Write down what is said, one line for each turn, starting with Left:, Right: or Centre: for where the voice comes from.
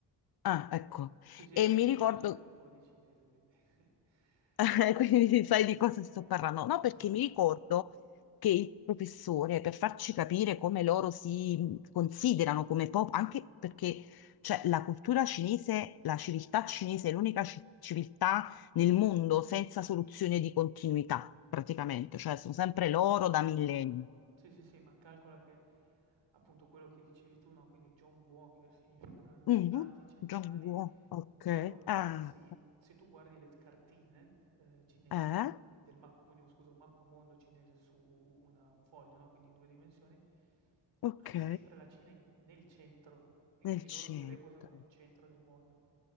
Left: Ah,
Right: Ehm,
Left: ecco.
Right: sì, sì,
Left: E
Right: ho
Left: mi
Right: studiato
Left: ricordo
Right: anche un po' di cinese, quindi <laughs>
Left: <laughs> Quindi sai
Right: Sì,
Left: di
Right: sì,
Left: cosa sto parlando? No,
Right: assolutamente.
Left: perché mi ricordo che il professore, per farci capire come loro si considerano come popolo, anche perché cioè, la cultura cinese, la civiltà cinese è l'unica ci- civiltà nel mondo senza soluzione di continuità, praticamente, cioè sono sempre
Right: S
Left: loro
Right: assolutamente.
Left: da millenni.
Right: Sì, sì, sì, ma calcola che appunto quello che dicevi tu, no, quindi jonguo che significa stati
Left: Mhm.
Right: centrali,
Left: Zhongguo, ok.
Right: proprio
Left: Ah,
Right: perché si se tu guardi le t cartine, ehm, cinesi
Left: eh,
Right: del map quindi un scusa, un mappamondo cinese su una un foglio, no, quindi in 2 dimensioni,
Left: ok,
Right: hai sempre la Cina in nel centro. E
Left: nel
Right: quindi loro
Left: centro.
Right: si reputano il centro del mondo.